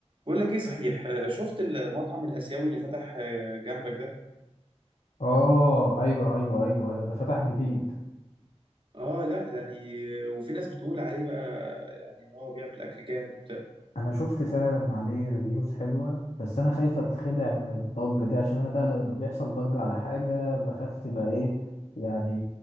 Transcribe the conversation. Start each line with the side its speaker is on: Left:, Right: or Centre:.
Right: بقول لك ايه صحيح آه، شفت المطعم الاسيوي اللي فتح آه، جنبك ده
Left: اه ايوه ايوه ايوه ايوه ده فتح جديد
Right: اه لا ده يعني آه، وفي ناس بتقول عليه بقى يعني ان هو بيعمل اكل جامد وبتاع
Left: انا شفت فعلا عليه ريفيوز حلوه بس انا خايف اتخدع من الضجه دي عشان انا بقى لما بيحصل ضجه على حاجه بخاف تبقى ايه يعني